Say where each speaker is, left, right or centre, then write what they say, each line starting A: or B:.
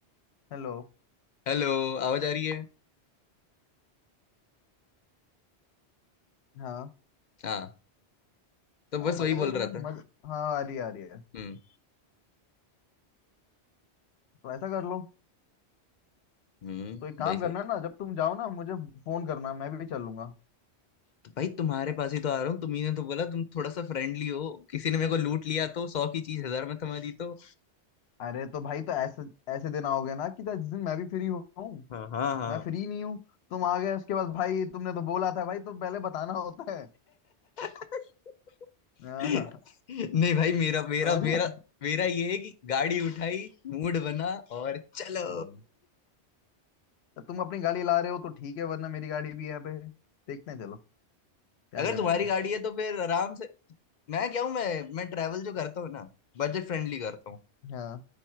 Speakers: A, on the left; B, on the left.
A: हेलो
B: हेलो आवाज आ रही है
A: हाँ
B: हाँ तो बस
A: हाँ मजे
B: वही बोल
A: हो जाएंगे
B: रहा था
A: मजे हाँ आ रही है आ रही है
B: हम्म
A: तो ऐसा कर लो
B: हम्म
A: तो एक काम
B: भाई
A: करना
B: सही
A: ना जब तुम जाओ ना मुझे फोन करना मैं भी चलूंगा
B: तो भाई तुम्हारे पास ही तो आ रहा हूँ तुम्ही ने तो बोला तुम थोड़ा सा फ्रेंडली हो किसी ने मेरे को लूट लिया तो सौ की चीज हजार में थमा दी तो
A: अरे तो भाई तो ऐसे ऐसे दिन आओगे ना कि जिस दिन मैं भी फ्री हूँ
B: हाँ हाँ हाँ
A: मैं फ्री नहीं हूँ तुम आ गए उसके बाद भाई तुमने तो बोला था भाई तो पहले बताना होता है
B: <laughs>
A: हाँ,
B: नहीं भाई मेरा मेरा
A: समझे
B: मेरा मेरा ये है कि गाड़ी उठाई मूड बना और चलो
A: हम्म। तो तुम अपनी गाड़ी ला रहे हो तो ठीक है वरना मेरी गाड़ी भी यहाँ पे देखते हैं चलो क्या
B: अगर
A: करना
B: तुम्हारी
A: है
B: गाड़ी है तो फिर आराम से मैं क्या हूँ मैं मैं ट्रैवल जो करता हूँ ना बजट फ्रेंडली करता हूँ
A: हाँ